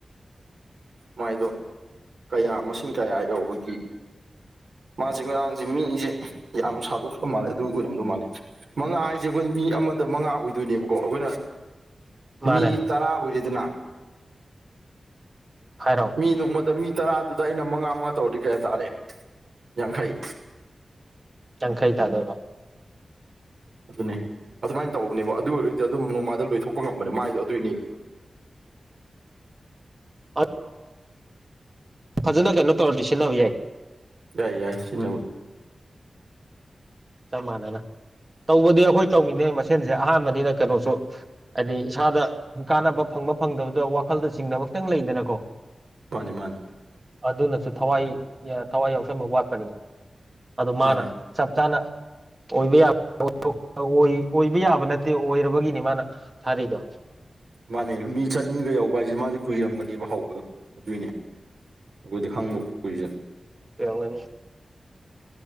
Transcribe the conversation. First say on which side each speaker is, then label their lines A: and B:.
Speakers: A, on the right (about 70°); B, on the right (about 30°).
A: ꯃꯥꯏꯗꯣ ꯀꯌꯥ ꯃꯁꯤꯡ ꯀꯌꯥ ꯌꯧꯕꯒꯤ ꯃꯥꯁꯦ ꯉꯔꯥꯡꯁꯦ ꯃꯤꯁꯦ ꯌꯥꯝ ꯁꯥꯗꯣꯛꯈ ꯃꯥꯜꯂꯦ ꯑꯗꯨ ꯑꯣꯏꯅꯝꯗꯧ ꯃꯥꯜꯂꯦ ꯃꯉꯥ ꯍꯥꯏꯁꯦ ꯑꯩꯈꯣꯏ ꯃꯤ ꯑꯃꯗ ꯃꯉꯥ ꯑꯣꯏꯗꯣꯏꯅꯦꯕꯀꯣ ꯑꯩꯈꯣꯏꯅ
B: ꯃꯥꯅꯦ
A: ꯃꯤ ꯇꯔꯥ ꯑꯣꯏꯔꯤꯗꯅ
B: ꯐꯥꯏꯔꯣꯟ
A: ꯃꯤ ꯅꯣꯡꯃꯗ ꯃꯤ ꯇꯔꯥꯗꯨꯗ ꯑꯩꯅ ꯃꯉꯥ ꯃꯉꯥ ꯇꯧꯔꯗꯤ ꯀꯌꯥ ꯇꯥꯔꯦꯦ ꯌꯥꯡꯈꯩ
B: ꯌꯥꯡꯈꯩ ꯇꯥꯗꯣꯏꯕ
A: ꯑꯗꯨꯅꯦ ꯑꯗꯨꯃꯥꯏꯅ ꯇꯧꯕꯅꯦꯕ ꯑꯗꯨ ꯑꯣꯏꯔꯗꯤ ꯑꯗꯨꯝ ꯅꯣꯡꯃꯥꯏꯗ ꯂꯣꯏꯊꯣꯛꯄ ꯉꯝꯕꯅꯦ ꯃꯥꯏꯗꯣ ꯑꯗꯨꯏꯅꯦꯕ
B: ꯎ ꯐꯖꯅ ꯀꯩꯅꯣ ꯇꯧꯔꯗꯤ ꯁꯤꯖꯤꯟꯅꯕ ꯌꯥꯏ
A: ꯌꯥꯏ ꯌꯥꯏ ꯁꯤꯖꯤꯟꯅꯕ
B: ꯆꯞ ꯃꯥꯟꯅꯅ ꯇꯧꯕꯗꯤ ꯑꯩꯈꯣꯏ ꯇꯧꯃꯤꯅꯦ ꯃꯁꯦꯟꯁꯦ ꯑꯍꯥꯟꯕꯅꯤꯅ ꯀꯩꯅꯣꯁꯨ ꯍꯥꯏꯗꯤ ꯏꯁꯥꯗ ꯀꯥꯟꯅꯕ ꯐꯪꯕ ꯐꯪꯗꯕꯗꯣ ꯋꯥꯈꯜꯗ ꯆꯤꯡꯅꯕ ꯈꯈꯤꯇꯪ ꯂꯩꯗꯅꯀꯣ
A: ꯃꯥꯅꯤ ꯃꯥꯅꯤ
B: ꯑꯗꯨꯅꯁꯨ ꯊꯋꯥꯏ ꯊꯋꯥꯏ ꯌꯥꯎꯁꯟꯕ ꯋꯥꯠꯄꯅꯤ ꯑꯗꯨ
A: ꯃꯥꯅꯦ
B: ꯃꯥꯅ ꯆꯞ ꯆꯥꯅ ꯑꯣꯏꯕ ꯌꯥ ꯑꯣꯏꯕ ꯌꯥꯕ ꯅꯠꯇꯦ ꯑꯣꯏꯔꯕꯒꯤꯅꯤ ꯃꯥꯅ ꯊꯥꯔꯤꯗꯣ
A: ꯃꯥꯅꯦ ꯃꯤ ꯆꯅꯤꯒ ꯌꯧꯕ ꯍꯥꯏꯁꯦ ꯃꯥꯗꯤ ꯀꯨꯏꯔꯝꯒꯅꯦꯕ ꯍꯧꯕꯗꯣ ꯑꯗꯨꯏꯅꯦ ꯑꯩꯈꯣꯏꯗꯤ ꯍꯪꯕ ꯀꯨꯏꯁꯦ
B: ꯌꯥꯎꯒ